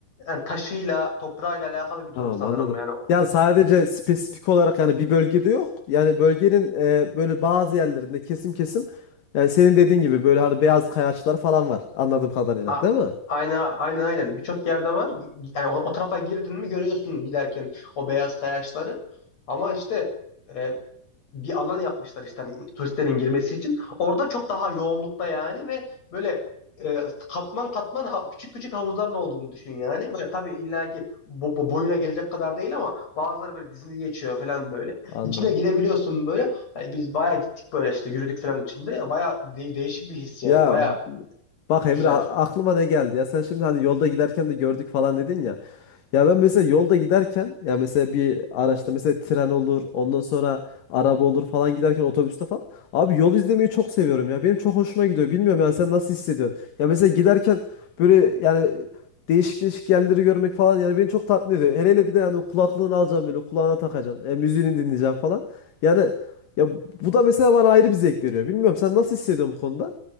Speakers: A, on the left; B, on the left.
A: yani taşıyla, toprağıyla alakalı bir durum
B: tamam
A: sanırım.
B: anladım.
A: Yani
B: Ya sadece spesifik olarak yani bir bölgede yok. Yani bölgenin e, böyle bazı yerlerinde kesim kesim yani senin dediğin gibi böyle hani beyaz kayaçlar falan var anladığım kadarıyla
A: ha,
B: değil mi?
A: aynen aynen aynen birçok yerde var. Yani o, o tarafa girdin mi görüyorsun giderken o beyaz kayaçları. Ama işte e, bir alan yapmışlar işte hani turistlerin girmesi için. Orada çok daha yoğunlukta yani ve böyle e, katman katman ha- küçük küçük havuzların olduğunu düşün yani. Böyle tabii illaki bu, bu boyuna gelecek kadar değil ama bazıları böyle dizini geçiyor falan böyle.
B: Anladım.
A: İçine girebiliyorsun böyle. Hani biz bayağı gittik böyle işte yürüdük falan içinde. Bayağı de- değişik bir his yani.
B: Ya
A: Bayağı
B: Bak
A: güzel.
B: Emre a- aklıma ne geldi ya sen şimdi hani yolda giderken de gördük falan dedin ya. Ya ben mesela yolda giderken ya mesela bir araçta mesela tren olur ondan sonra araba olur falan giderken otobüste falan. Abi yol izlemeyi çok seviyorum ya benim çok hoşuma gidiyor bilmiyorum yani sen nasıl hissediyorsun? Ya mesela giderken böyle yani değişik değişik yerleri görmek falan yani beni çok tatmin ediyor. Hele hele bir de yani kulaklığını alacaksın böyle kulağına takacaksın e, müziğini dinleyeceksin falan. Yani ya bu da mesela bana ayrı bir zevk veriyor bilmiyorum sen nasıl hissediyorsun bu konuda?